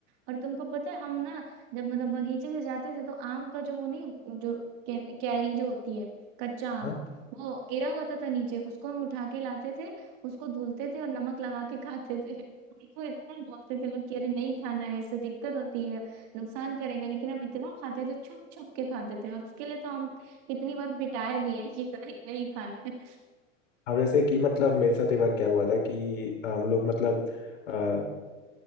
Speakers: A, on the right; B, on the left.
A: और तुमको पता है हम ना जब मतलब बगीचे में जाते थे तो आम का जो वो नहीं जो कै- कैरी जो होती है कच्चा आम
B: हाँ?
A: वो गिरा होता था नीचे उसको हम उठा के लाते थे उसको धुलते थे और नमक लगा के खाते थे हमको इतना बोलते थे लोग कि अरे नहीं खाना है इससे दिक्कत होती है नुकसान करेगा लेकिन हम इतना खाते थे छुप छुप के खाते थे और उसके लिए तो हम इतनी बार पिटाए भी हैं कि नहीं नहीं खाना है
B: अब जैसे कि मतलब मेरे साथ एक बार क्या हुआ था कि हम लोग मतलब अ,